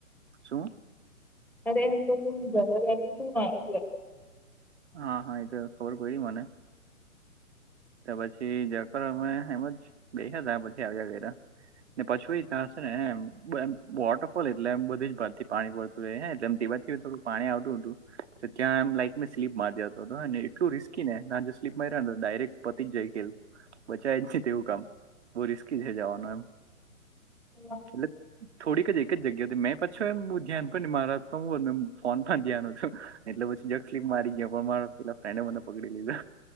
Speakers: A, on the right; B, in the centre.
A: શું.
B: અરે એમ તો એટલે.
A: હા હા એ તો ખબર પ ર મને ત પછી જર અમે એમ જ ગયાયા ત્યા પછી આવ્યા ગયા. ને પછી એ થ હશે ને વોટરફોલ એટલે એમ બધી જ ભારથી પાણી પત એટ થોડું પાણી આવતું હતું તો ત્યાં લાઈક મે સ્લીપ માર જતો હતોને એટલું રિસ્ક કીને ના જો સ્પમાંઈ રહ ડારેક્ટ પતિ જ જાય કેલ બચાય નહી તેવું કામ બહુ રિસ્કી છે જવાનું એમ.
B: <inaudible>
A: <inaudible> થોડીક જ એક જગ્યા હતી મેં પછી હું ધ્યાન પણ મારા હું ફોન પણ ધ્યાન હતું. એટલે પછી જગ સ્લીપ મારી ગયો પણ મારા પેલા ફ્રેન્ડે મને પકડી લીધો